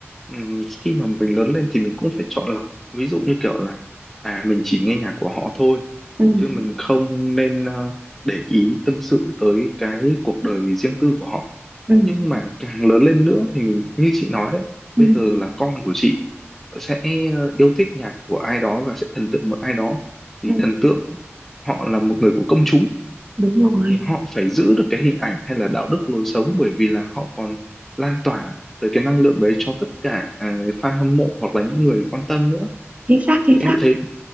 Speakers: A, in the centre; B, on the right.
A: ừm, khi mà mình lớn lên thì mình cũng phải chọn lọc ví dụ như kiểu là à mình chỉ nghe nhạc của họ thôi
B: Ừ.
A: chứ mình không nên ờ, để ý tâm sự tới cái cuộc đời riêng tư của họ
B: Ừ.
A: nhưng mà càng lớn lên nữa thì mình như chị nói đấy bây
B: Ừ.
A: giờ là con của chị sẽ ờ, yêu thích nhạc của ai đó và sẽ thần tượng một ai đó thì
B: Ừ.
A: thần tượng họ là một người của công chúng
B: đúng rồi
A: thì họ phải giữ được cái hình ảnh hay là đạo đức lối sống bởi vì là họ còn lan tỏa tới cái năng lượng đấy cho tất cả à, fan hâm mộ hoặc là những người quan tâm nữa
B: chính xác chính
A: thì em
B: xác
A: thấy